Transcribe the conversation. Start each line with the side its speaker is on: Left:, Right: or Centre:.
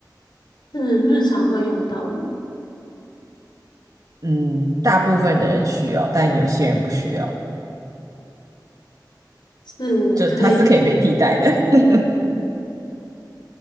Left: 是日常会用到的吗？
Right: 嗯，大部分的人需要，但有些人不需要，
Left: 是可以，
Right: 就它是可以被替代的，<laughs>